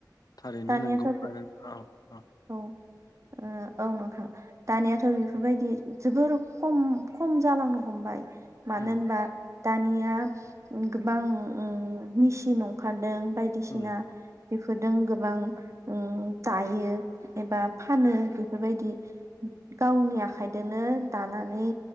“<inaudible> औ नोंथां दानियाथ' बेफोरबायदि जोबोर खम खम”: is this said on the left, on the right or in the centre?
Right